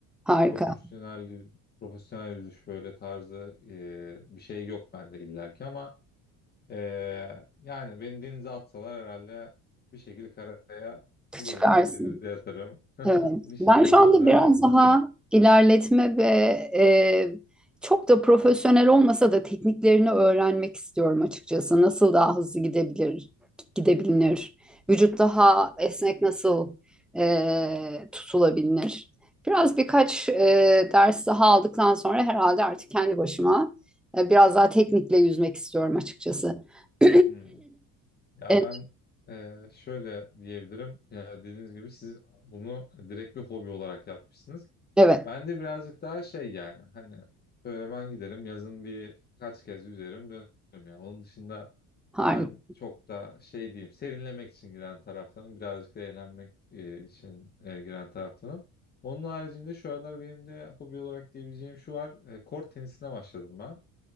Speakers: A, in the centre; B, on the left.
A: Harika.
B: profesyonel profesyonel yüzüş böyle tarzı e, bir şey yok bende illaki ama Ee, yani beni denize atsalar herhalde bir şekilde karaya bulurum
A: Çıkarsın.
B: yani. Denizde yatarım. <laughs>
A: Evet.
B: Bir şekilde
A: Ben şu anda
B: bir şeyler
A: biraz
B: yaparım.
A: daha ilerletme ve e, çok da profesyonel olmasa da tekniklerini öğrenmek istiyorum açıkçası. Nasıl daha hızlı gidebilir, gidebilir Vücut daha esnek nasıl e, tutulabilir? Biraz birkaç e, ders daha aldıktan sonra herhalde artık kendi başıma e, biraz daha teknikle yüzmek istiyorum açıkçası. <clears throat>
B: Hmm. Ya
A: E,
B: ben e, şöyle diyebilirim. Ya dediğiniz gibi siz bunu direkt bir hobi olarak yapmışsınız.
A: Evet,
B: Ben de birazcık daha şey yani hani böyle ben giderim yazın bir kaç kez yüzerim dönerim ya. Onun dışında
A: harika.
B: Ben çok da şey diyeyim, serinlemek için giren taraftanım. Birazcık da eğlenmek e, için e, giren taraftanım. Onun haricinde şu aralar benim de hobi olarak diyebileceğim şu var. E, kort tenisine başladım ben.